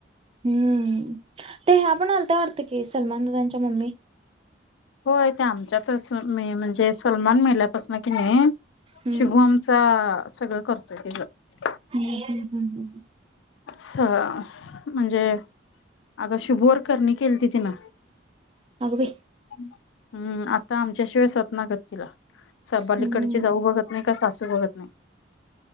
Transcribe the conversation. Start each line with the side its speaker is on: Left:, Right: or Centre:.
Right: हम्म ते ह्या पण आलत्या वाट ते सलमान त्यांच्या मम्मी
Left: होय ते आमच्यातच म.. म्हणजे सलमान मेल्यापासनं कि नाही
Right: हम्म
Left: शुभमचा सगळं करतोय तेजं
Right: हम्म हम् हम् ह
Left: स.. म्हणजे अगं शुभु वर करणी केलती तिनं
Right: अग बई.
Left: हम्म आता आमच्याशिवाय सत ना गत तिला. स पलीकडचे
Right: हम्म
Left: जाऊ बघत नाही का सासू बघत नाही.